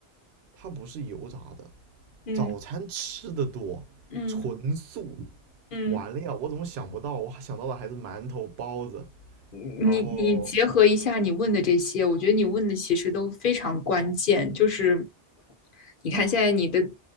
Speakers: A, on the right (about 85°); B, on the left (about 55°).
A: 它不是油炸的，
B: 嗯
A: 早餐吃的多，
B: 嗯
A: 纯素。
B: 嗯。
A: 完了呀，我怎么想不到？我还想到的还是馒头、包子，
B: 你你结合一下你问的这些，
A: 然后
B: 我觉得你问的其实都非常关键。就是你看现在你的